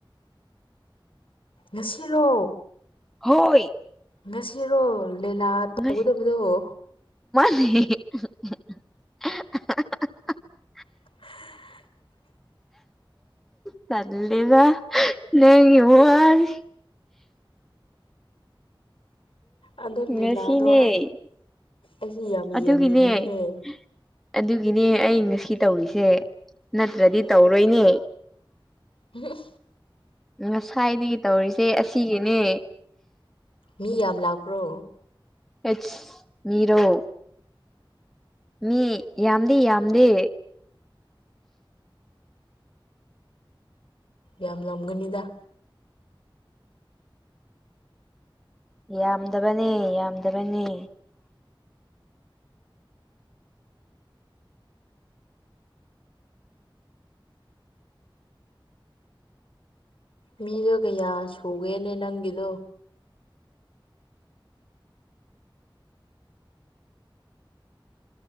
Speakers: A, on the left (about 80°); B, in the centre.
A: ꯉꯁꯤꯔꯣ
B: ꯍꯣꯏ
A: ꯉꯁꯤꯔꯣ ꯂꯤꯂꯥ ꯇꯧꯒꯗꯕꯗꯣ
B: ꯉꯁꯤ <unintelligible>
A: <inaudible>
B: ꯇꯜꯂꯦꯗ ꯅꯥꯪꯒꯤ ꯋꯥꯁꯦ ꯍ
A: ꯑꯗꯣ
B: ꯉꯁꯤꯅꯦ
A: ꯂꯤꯂꯥꯗꯣ ꯑꯦꯁꯨ ꯌꯥꯝ
B: ꯑꯗꯨꯒꯤꯅꯦ
A: ꯌꯦꯡꯅꯤꯡꯉꯦꯍꯦ
B: ꯑꯗꯨꯒꯤꯅꯦ ꯑꯩ ꯉꯁꯤ ꯇꯧꯔꯤꯁꯦ ꯅꯠꯇ꯭ꯔꯗꯤ ꯇꯧꯔꯣꯏꯅꯦ
A: ꯎꯝ
B: ꯉꯁꯥꯏꯗꯒꯤ ꯇꯧꯔꯤꯁꯦ ꯑꯁꯤꯒꯤꯅꯦ
A: ꯃꯤ ꯌꯥꯝ ꯂꯥꯛꯄ꯭ꯔꯣ
B: ꯍꯠ ꯃꯤꯔꯣ ꯃꯤ ꯌꯥꯝꯗꯤ ꯌꯥꯝꯗꯦ
A: ꯌꯥꯝ ꯂꯝꯝꯒꯅꯤꯗ
B: ꯌꯥꯝꯗꯕꯅꯤ ꯌꯥꯝꯗꯕꯅꯤ
A: ꯃꯤꯗꯣ ꯀꯌꯥ ꯁꯨꯒꯦꯅꯦ ꯅꯪꯒꯤꯗꯣ